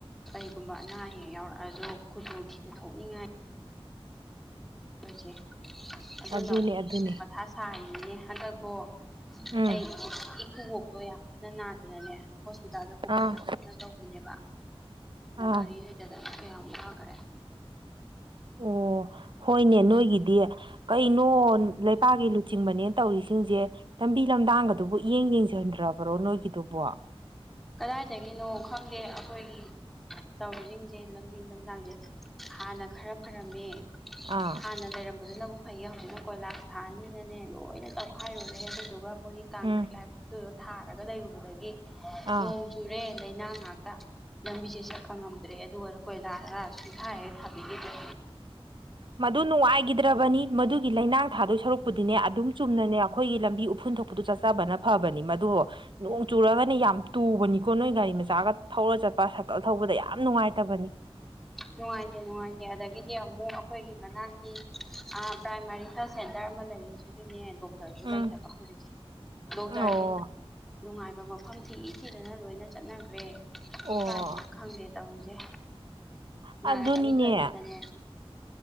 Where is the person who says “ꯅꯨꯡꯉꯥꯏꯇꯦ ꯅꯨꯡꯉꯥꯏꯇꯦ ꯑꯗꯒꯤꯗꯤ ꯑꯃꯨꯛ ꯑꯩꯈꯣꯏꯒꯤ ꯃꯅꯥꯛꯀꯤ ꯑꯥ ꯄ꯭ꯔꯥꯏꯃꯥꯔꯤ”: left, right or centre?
Centre